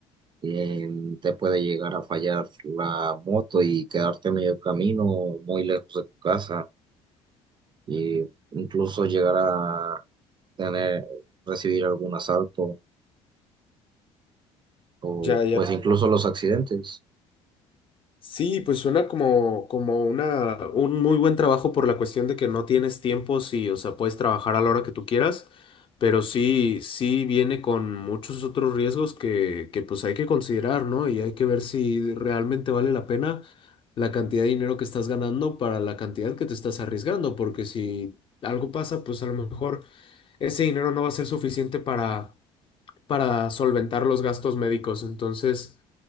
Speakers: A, on the right; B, on the left.
A: eh, te puede llegar a fallar la moto y quedarte a medio camino o muy lejos de tu casa e incluso llegar a tener, recibir algún asalto o
B: Ya, ya.
A: pues incluso los accidentes.
B: Sí, pues suena como, como una, un muy buen trabajo por la cuestión de que no tienes tiempo, sí, o sea, puedes trabajar a la hora que tú quieras, pero sí, sí viene con muchos otros riesgos que, que pues hay que considerar, ¿no? Y hay que ver si realmente vale la pena la cantidad de dinero que estás ganando para la cantidad que te estás arriesgando, porque si algo pasa, pues a lo mejor ese dinero no va a ser suficiente para, para solventar los gastos médicos, entonces...